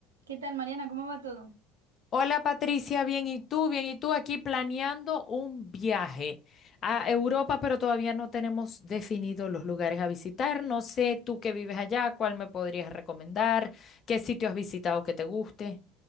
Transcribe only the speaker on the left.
Hola Patricia, bien, ¿y tú? Bien, ¿y tú? Aquí planeando un viaje a Europa, pero todavía no tenemos definidos los lugares a visitar. No sé, tú que vives allá, ¿cuál me podrías recomendar? ¿Qué sitio has visitado que te guste?